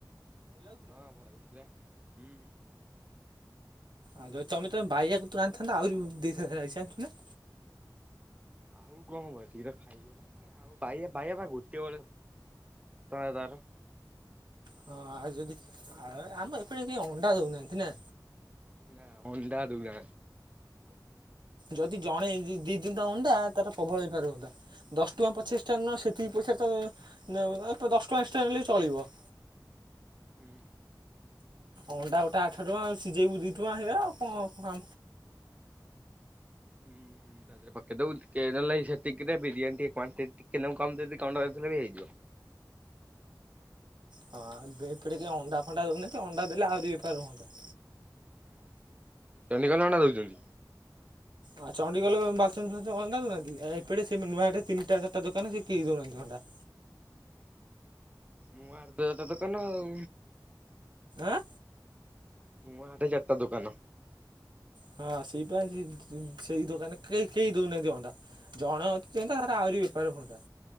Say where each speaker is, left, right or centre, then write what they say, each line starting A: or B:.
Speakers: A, on the right; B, on the right.
A: ହଁ ଭଲ ହଉଥିଲା ହୁଁ, ହୁଁ।
B: ଆଉ ଯଦି ତୋମେ ତୋମ ବାଇଆ କତରୁ ଆଣିଥାନ୍ତ ଆଉରୁ ଦେଇଥାନ୍ତା ରାଇସ୍ ଜାଣିଚୁ ନା?
A: ଆଉ କଣ ବସିକି ତ ଖାଇଗଲାଣି ଆଉ। ବାଇଆ ବାଇଆ ବା ଗୋଟେ ବଳେ ତୋମେ ତାର
B: ହଁ ଆଉ ଯଦି ଆ, ଆମ ଏପଟେ କେ ଅଣ୍ଡା ଦଉନାହାନ୍ତି ନା?
A: ନା ଅଣ୍ଡା ଦୋଉନା
B: ଯ-ଯଦି ଜଣେ ଦି- ଦେଇ ଦିଅନ୍ତା ଅଣ୍ଡା ତାର ପ୍ରବଳ ବେପାର ହୁଅନ୍ତା। ଦଶ ଟଙ୍କା ପଛେ ଏକ୍ସଟ୍ରା ନଅ, ସେତିକି ପଇସାରେ ତ ନଉ <unintelligible> ଦଶଟଙ୍କା ଏକ୍ସଟ୍ରା ନେଲେ ଚଳିବ।
A: ହୁଁ।
B: ଅଣ୍ଡା ଗୋଟା ଆଠ ଟଙ୍କା ଆଉ ସିଝେଇବୁ ଦି ଟଙ୍କା ହେଇଗଲା ଆଉ କଣ କମ।
A: ହୁଁ, ହୁଁ। ତା ଧୀଅରେ ପକେଇଦବୁ ଟିକେ ଜାଣିଲ କି ସେତିକିରେ ବିରିୟାନୀ ଟିକେ କ୍ୱାଣ୍ଟିଟି ଟିକେ ନାକୁ କମ୍ ଦେଇ ଦେଇକି ଅଣ୍ଡା ଦେଇଥିଲେ ବି ହେଇଯିବ।
B: ହଁ ବେ ଏପଟେ କିଏ ଅଣ୍ଡା ଫଣ୍ଡା ଦଉନାହାନ୍ତି ଅଣ୍ଡା ଦେଲେ ଆହୁରି ବେପାର ହୁଅନ୍ତା।
A: ହୁଁ। ଚଣ୍ଡିଖୋଲ ର ଅଣ୍ଡା ଦଉଚନ୍ତି।
B: ଆଉ ଚଣ୍ଡୀଖୋଲ ବାଲସନ ଫାସନ ଅଣ୍ଡା ଦଉନାହାନ୍ତି କି। ଏ, ଏପଟେ ସେ ନୂଆ ଆଡ଼ିରେ ତିନିଟା ଚାଟା ଦୋକାନ ସେ କେହି ଦୋଉନାହାନ୍ତି ଅଣ୍ଡା।
A: ନୂଆହାଟ ଦତ ଦୋକାନ ଆଉ।
B: ଆଁ,
A: ନୂଆହାଟ ଚାଟା ଦୋକାନ।
B: ହଁ ସେଇପା ସେ ଉଁ, ସେଇ ଦୋକାନ କେଇ କେହି ଦୋଉନାହାନ୍ତି ଅଣ୍ଡା। ଜଣେ ଯଦି ଦିଅନ୍ତା ତାର ଆଉରି ବେପାର ହୁଅନ୍ତା।